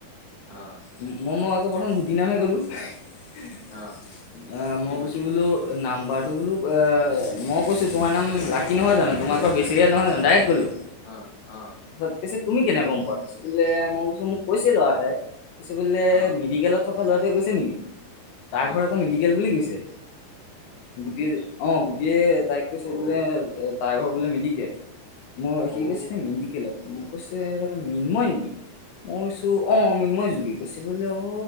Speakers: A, on the left; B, on the left.
A: অ।
B: ম-মই-মই আকৌ প্ৰথম গুটি নামহে ক'লো। <unintelligible>
A: আহ
B: আ মই
A: কি কৈছে
B: কৈছো বোলো নাম্বাৰটো বোলো এ মই কৈছো তোমাৰ নাম লাকী নহয় জানো, তোমাৰ ঘৰ বিছেৰিয়াত নহয় জানো, ডাইৰেক্ট ক'লো।
A: অ, অ।
B: <unintelligible> পিছে তুমি কেনেকৈ গম পোৱা পিছে? বোলে মই কৈছো মোক কৈছে ল'ৰা এটাই, কৈছে বোলে
A: আহ
B: মেডিকেলত থকা ল'ৰাটোৱে কৈছে নেকি? তাৰ
A: আহ
B: ঘৰ আকৌ মেডিকেল বুলি কৈছে। গুটি অ, গুটিয়ে তাইক কৈছে
A: ঔ
B: বোলে তাৰ ঘৰ বোলে মেডিকেল। মই সি
A: ঔ
B: কৈছে মেডিকেলত, মোক কৈছে মিন্ময় নেকি? মই কৈছো অ, মিন্ময় যোগী। কৈছে বোলে অ